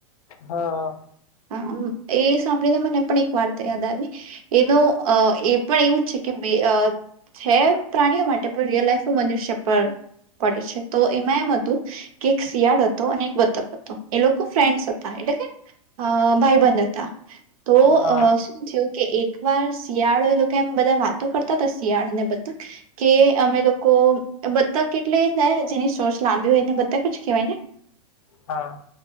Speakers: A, on the left; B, on the right.
A: હા.
B: <inaudible> એ સાંભળીને મને પણ એક વાર્તા યાદ આવી એનો અ એ પણ એવું જ છે કે મે અ છે પ્રાણીઓ માટે પણ રિયલ લાઈફ મનુષ્ય પર પડે છે. તો એમાં એમ હતું કે એક શિયાળ અતો અને એક બતક અતો એ લોકો ફ્રેન્ડસ અતા એટલે કે અ ભાઈ બંધ હતા તો
A: હા
B: અ શું થ્યું કે એક વાર શિયાળો એ લોકો એમ બધા વાતો કરતા હતા શિયાળ ને બત્તક કે અમે લોકો બત્તક એટલે ને જેની સોર્સ લાંબી હોયને બતક જ કેહેવાય ને.
A: હા.